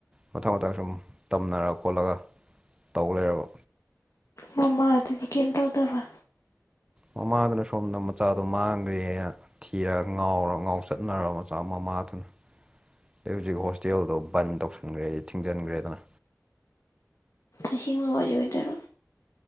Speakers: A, on the right; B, on the left.
A: ꯃꯊꯪ ꯃꯊꯪ ꯁꯨꯝ ꯇꯝꯅꯔ ꯈꯣꯠꯂꯒ ꯇꯧ ꯂꯩꯔꯕ
B: ꯃꯃꯥ ꯑꯗꯨꯗꯤ ꯀꯩꯝ ꯇꯧꯗꯕ
A: ꯃꯃꯥꯗꯨꯅ ꯁꯣꯝꯗ ꯃꯆꯥꯗꯨ ꯃꯥꯡꯒ꯭ꯔꯦꯅ ꯊꯤꯔꯒ ꯉꯥꯎꯔꯒ ꯉꯥꯎ ꯆꯠꯅꯔꯕ ꯃꯆꯥ ꯑꯃ ꯃꯥꯇꯨꯝ ꯑꯗꯩ ꯍꯧꯖꯤꯛ ꯍꯣꯁꯇꯦꯜꯗꯣ ꯕꯟ ꯇꯧꯁꯟꯈ꯭ꯔꯦ ꯊꯤꯡꯖꯤꯟꯈ꯭ꯔꯦꯗꯅ
B: ꯑꯁꯦꯡꯕ ꯋꯥꯔꯤ ꯑꯣꯏꯗꯣꯏꯔꯣ